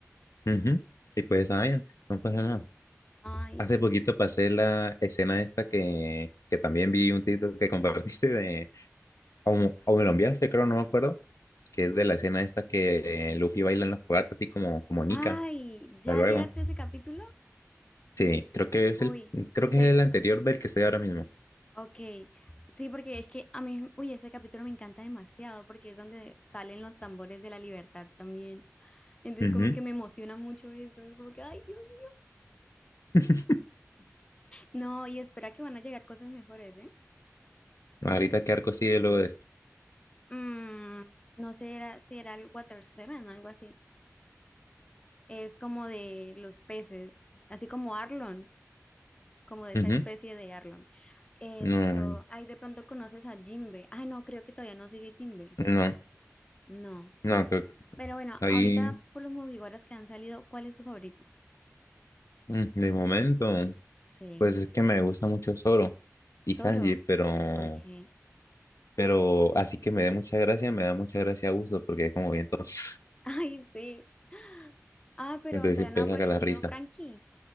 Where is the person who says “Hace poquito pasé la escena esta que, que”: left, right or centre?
Left